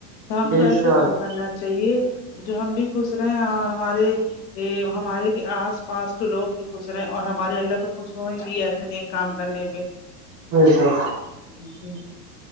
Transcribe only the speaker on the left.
تو ہم
کو ایسا
کام کرنا چاہیے جو ہم بھی خوش رہے اور ہمارے ہمارے آس پاس کے لوگ بھی خوش رہے اور ہمارے اللہ تو خوش ہوئے گی ایسے ن کام کرنے پہ
جی جی